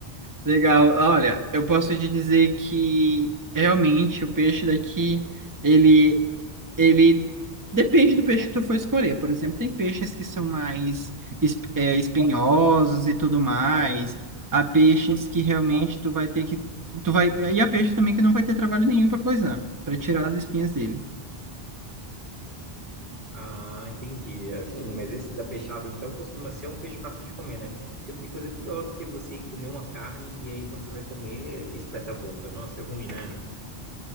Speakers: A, on the right (about 20°); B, on the right (about 50°).
A: Legal. Olha, eu posso te dizer que realmente o peixe daqui, ele Ele depende do peixe que tu for escolher. Por exemplo, tem peixes que são mais es- é, espinhosos e tudo mais. Há peixes que realmente tu vai ter que tu vai e há peixes também que não vai ter trabalho nenhum para coisar, para tirar as espinhas dele.
B: Ah, entendi. Assim, mas esse da peixada, então, costuma ser um peixe fácil de comer, né? Porque não tem coisa pior do que você ir comer uma carne e aí quando você vai comer, espeta a boca. Nossa, é ruim, né?